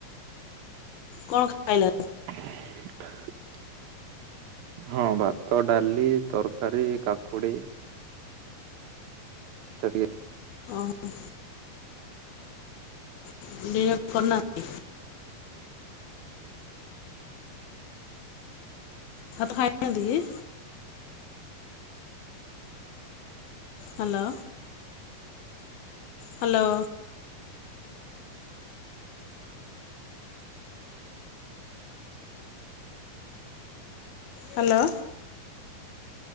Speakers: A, on the left; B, on the right.
A: କଣ ଖାଇଲ
B: <unintelligible> ହଁ ଭାତ ଡାଲି ତରକାରୀ କାକୁଡି <unintelligible> ଟିଏ
A: ଓ ହ। <unintelligible> ଡିନ କରନା <unintelligible> ହାତ ଖାଇନାନ୍ତି କି? ହାଲୋ। ହାଲୋ। ହାଲୋ।